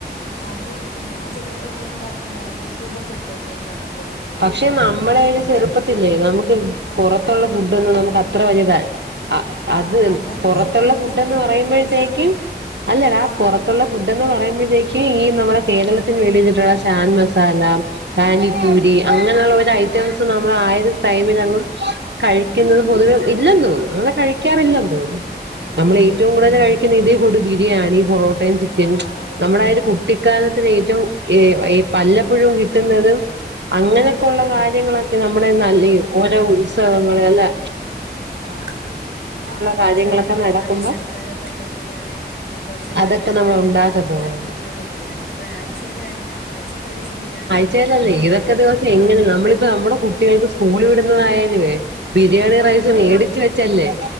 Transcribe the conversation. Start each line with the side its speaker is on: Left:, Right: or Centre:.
Left: അത് ഇപ്പ ഞാൻ ചിലപ്പോ ഇണ്ടാക്കി മാഗി ക്യൂബൊക്കെ ഇട്ടട്ട് ഇണ്ടാക്കി കൊടുക്കും
Right: പക്ഷെ നമ്മളയൊരു ചെറുപ്പത്തില്ലേ നമുക്ക്
Left: ആ
Right: പുറത്തുള്ള
Left: ആ
Right: ഫുഡോന്നും നമുക്ക് അത്ര വലുതായ അ
Left: ആ
Right: അത്
Left: അന്നന്നെ
Right: പൊറത്തുള്ള
Left: പുറത്തുന്നും
Right: ഫുഡ്ന്ന്
Left: ഫുഡ് കിട്ടൂല്ല
Right: പറയുമ്പോഴ്ത്തേക്കും അല്ലടാ
Left: ആ
Right: പൊറ ത്തുളള ഫുഡ് എന്ന് പറയുമ്പോഴത്തേക്ക് ഈ നമ്മുടെ കേരളത്തിന് വെളിയിലയിട്ടുള്ള ചാൻ മസാല സാല
Left: ആ
Right: പാനിപ്പൂരി
Left: അതെ
Right: അങ്ങനെഉള്ള ഒരു ഐറ്റംസും നമ്മളാ ആയോരു ടൈമിൽ എങ്ങും കഴിക്കുന്നത്
Left: ആ
Right: പൊതുവേ ഇല്ലേന്ന്
Left: ആ
Right: തോന്ന് അങ്ങനെ കഴിക്കാറില്ലന്ന്
Left: അതെ
Right: തോന്നുന്നു
Left: ഉം
Right: നമ്മള്
Left: ഉം
Right: ഏറ്റവും കൂടുതല് കഴിക്കുന്ന ഇതി കൂടു ബിരിയാണി പൊറോട്ടയും ചിക്കനും
Left: ആ അതന്നെ
Right: നമ്മുടെ ഒരു കുട്ടി ഇ കാലത്തില് ഏറ്റവും എ എ വല്ലപ്പോഴും കിട്ടുന്നതും അങ്ങനെയൊക്കെ
Left: ആ
Right: ഉള്ള കാര്യങ്ങളൊക്കെ നമ്മുടെ നല്ല ഇ ഓരോ ഉത്സവങ്ങള് അല്ലേ
Left: ആഹ് ആഹ് വീട്ടില്
Right: കാര്യങ്ങളൊക്കെ
Left: എന്തേലും പരിപാടി
Right: നടക്കുമ്പോ
Left: സൽക്കാരൊക്കെ ഉണ്ടെങ്കിലന്നെ കൊറച്ചൊരു
Right: അതൊക്കെ
Left: കല്യാണൊക്കെ
Right: നമ്മൾ
Left: ഉണ്ടെങ്കില്
Right: ഉണ്ടാക്കത്തോളൂ
Left: അന്നൊക്കെ കിട്ടുള്ളൂ ബിരിയാണി ഇപ്പോ ആഴ്ച്ചേല് അൽ അ ആഴ്ച്ചല് ഒരു ദിവസം ബിരിയാണി നിർ
Right: ഴ്ച്ചേലല്ലേ എതൊക്കെ ദിവസം എങ്ങനെ നമ്മളിപ്പ നമ്മുടെ കുട്ടികൾക്ക് സ്കൂളിൽ വിടുന്നതായാലുവേ ബിരിയാണി
Left: ആ
Right: റൈസ് മേടിച്ച് വെച്ചല്ലേ